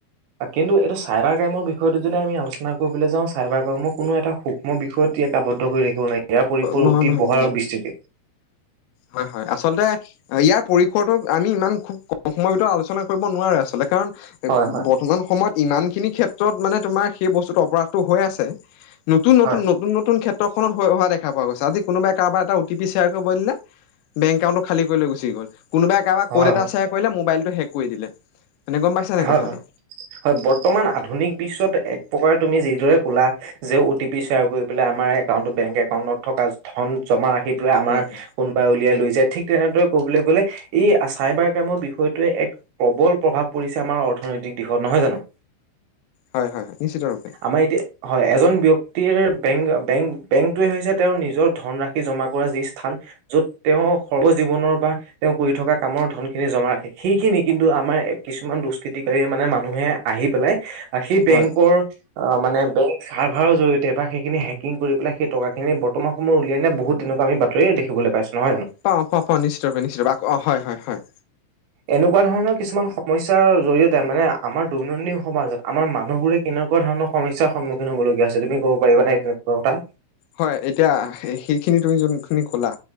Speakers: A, on the right; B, on the left.
A: কিন্তু এইটো চাইবাৰ ক্ৰাইমৰ বিষয়টো যদি আমি আলোচনা কৰিবলৈ যাওঁ চাইবাৰ কৰ্মৰ কোনো এটা সূক্ষ্ম বিষয়। আৱদ্ধ কৰি ৰাখিব নাই ইয়াৰ পৰিসৰ
B: নহয়
A: অতি
B: নহয়
A: বহল আৰু বিস্ততি।
B: হয় হয় আচলতে ইয়াৰ পৰিসৰটোক আমি ইমান খুব। সময়ৰ ভিতৰত আলোচনা কৰিব নোৱাৰে আচলতে কাৰণ
A: হয় হয়
B: বৰ্তমান সময়ত ইমান খিনি ক্ষেত। ত মানে তোমাৰ সেই বস্তুত অপৰাধটো হৈ আছে নতুন, নতুন,
A: হয়।
B: নতুন, নতুন ক্ষেত্ৰখনত হোৱা দেখা প গৈ আজ কোনোবাই কাৰব এটা অঁ' টি পি শ্বেয়াৰ কৰিব দিলে বেং একাউটটো খালী কৰি গুচি গ'ল! কোনোবাই কাৰোবাৰ
A: হয়
B: কড এটা
A: হয়
B: শ্বেয়াৰ কৰিলে মোবাইলটো শেক কৰি দিলে মানে গম পাইছা নাই
A: হয়,
B: কথাটো
A: হয়, হয় বৰ্তমান আধুনিক বিশ্বত এক প্ৰকাৰে তুমি যিদৰে লা যে অ' টি পি শ্বেয়াৰ কৰিেলাই আমাৰ একাউট বেংক একাউন্টত থকা ধন জমা আহি আমাৰ
B: হয় হয়
A: কোনোবাই উলিয়াই লৈ যে ঠিক তেনেদৰে ক'বলৈ গ'লে এই চাইবাৰ ক্ৰাইমৰ বিষয়টোৱে এক প্ৰবল প্ৰভাৱ পৰিছে আমাৰ অৰ্থনৈতিক দিশত নহয় জানো
B: হয় হয় হয় নিশ্চয়িত ৰূপে
A: আমাৰ এতিয়া হয় এজন ব্যক্তিৰ বেংক বেং বেংকটোৱে হৈছে তেওঁ নিজৰ ধন ৰাশি জমা কৰা যি স্থান য'ত তেওঁ সৰ্ব জীৱনৰ বা তেওঁ কৰি থকা কামৰ ধন খিনি জমা ৰাখে সেইখিনি কিন্তু আমাৰ কিছুৃমান দুষ্টকিটিকাৰীয়ে মানে মানুহে আহি পেলায় সেই
B: হয়
A: বেংকৰ মানে বেংক ছাৰ্ভৰ জৰিয়তে বা সেইখিনি হেকিং কৰি পাই সেই টকাখিনি বৰ্তমান সময় উলিয়াই নাই বহুত তেনেকুৱা আমি। বাতৰিয় দেখিবলৈ পাইছো নহয় জানো
B: পাওঁ প পাওঁ নিশ্চয় ৰূপে নিশ্চয় অ হয় হয় হয়
A: এনেকুৱা ধৰণৰ কিছুমান সমস্যা স্যাৰ জৰিয়তে মানে আমাৰ দৈনন্দিন সমাজত আমাৰ মানুহবোৰে কেনেকুৱা ধৰণৰ সমস্যাৰ সন্মুখীন হ'বলগীয়া আছে তুমি কব পাৰিবা নাই তেনেকুৱা কথা
B: হয় এতিয়া সেইখিনি তুমি যোনখিনি ক'লা